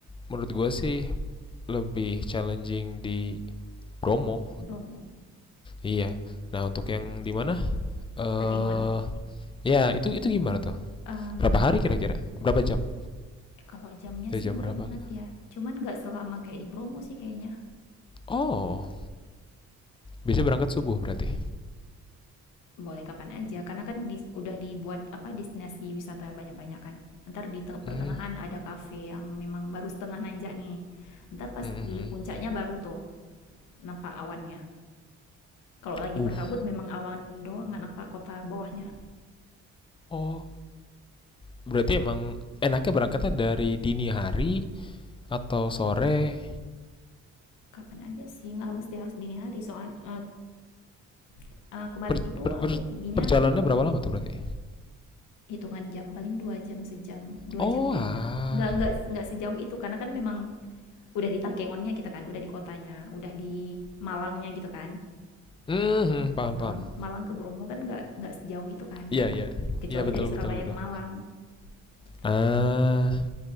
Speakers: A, on the left; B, on the left.
A: menurut gue sih lebih challenging di promo,
B: Bromo,
A: Iya. Nah, untuk yang di mana? Eh
B: Kagengon.
A: ya, itu itu gimana tuh?
B: Em,
A: Berapa hari kira-kira? Berapa jam?
B: kalau jamnya
A: Dari
B: sih
A: jam
B: nggak
A: berapa
B: ingat
A: gitu?
B: ya. Cuman nggak selama kayak di Bromo sih kayaknya.
A: Oh, bisa berangkat subuh berarti.
B: Boleh kapan aja, karena kan di- udah dibuat apa destinasi wisata banyak-banyak kan. Ntar di teng-
A: Hmm.
B: pertengahan ada kafe yang memang baru setengah nanjak nih.
A: gitu.
B: Ntar pas
A: hmm, hmm,
B: di puncaknya
A: hmm.
B: baru tuh nampak awannya. Kalau lagi
A: Uh.
B: berkabut memang awan doang nggak nampak kota bawahnya.
A: Oh, berarti emang enaknya berangkatnya dari dini hari atau sore?
B: Kapan aja sih, nggak mesti harus dini hari. Soalnya eh, eh, kemarin
A: Per-
B: itu
A: per-
B: aku
A: per-
B: perginya
A: perjalanannya berapa lama tuh berarti?
B: hitungan jam paling dua jam sejam dua
A: Oh,
B: jam kayaknya
A: ah.
B: nggak nggak nggak sejauh itu karena kan memang udah di Takengonnya kita kan udah di kotanya udah di Malangnya gitu kan
A: Hmm, hmm, paham,
B: kalau Malang
A: paham.
B: Malang ke Bromo kan nggak nggak sejauh itu kan
A: Iya, iya.
B: kecuali
A: Iya, betul,
B: dari Surabaya
A: betul, betul.
B: ke Malang gitu
A: Ah,